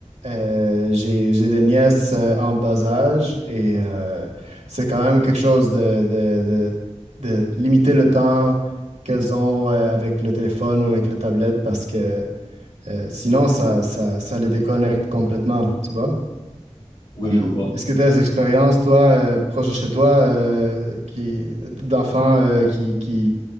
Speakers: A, on the right; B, on the left.
A: euh, j'ai j'ai des nièces euh, en bas âge et euh, c'est quand même quelque chose de, de, de, de limiter le temps qu'elles ont euh, avec le téléphone ou avec la tablette parce que euh, sinon, ça, ça, ça les déconnecte complètement, tu vois.
B: Oui,
A: Euh,
B: je vois.
A: est-ce que tu as des expériences, toi, euh, proches de chez toi, euh, qui, d'enfants euh, qui, qui